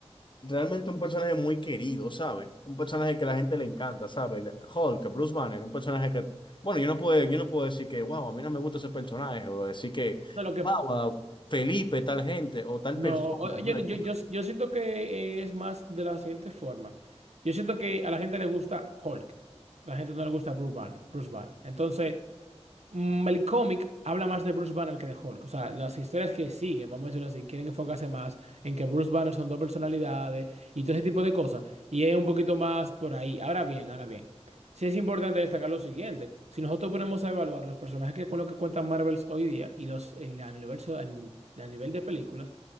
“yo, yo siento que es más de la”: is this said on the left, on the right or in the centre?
Right